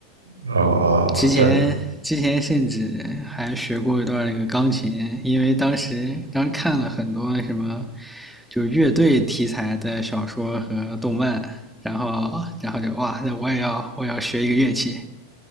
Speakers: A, on the right (about 75°); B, in the centre.
A: 哦哦，
B: 之前之前甚至还学过一段那个钢琴，
A: 对对，
B: 因为当时刚看了很多什么就是乐队题材的小说和动漫，然后然后就哇，那我也要我也要学一个乐器，